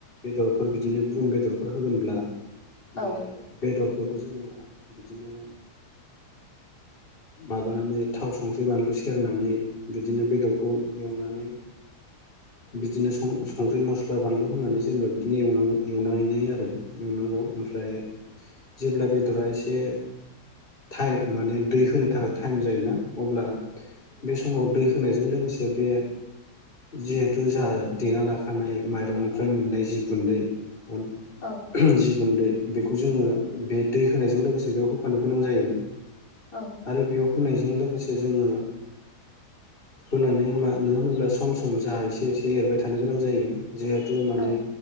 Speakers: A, on the left; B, on the left.
A: बेदरफोर बिदिनो गुं बेदरफोर होगोनब्ला
B: औ
A: बे बेदर बेफोरखौ जोंङो बिदिनो माबानानै थाव संख्रि बानलु सेरनानै बिदिनो बेदरखौ एवनानै बिदिनों संख्रि मस्ला बानलु होनानै जेनेबा बिदिनो एवनां एवनानै आरो एवनांगौ ओमफ्राय जेब्ला बेदरा एसे टाइ माने दै होनो थाखाय टाइम जायोना अब्ला बे समाव दै होनायजों लोगोसे बे जिहेथु जाहा देना लाखानाय माइरंनिफ्राय मोननाय जि गुन्दै अन
B: औ
A: जि गुन्दै बेखौ जोंङो बे दै होनायजों लोगोसे बेयाव होफानो गोनां जायो।
B: औ
A: आरो बेयाव होनायजों लोगोसे जोंङो होनानै मानोनो होनोब्ला सम सम जाहा एसे एसे एरबाय थानो गोनां जायो। जिहेथु माने
B: औ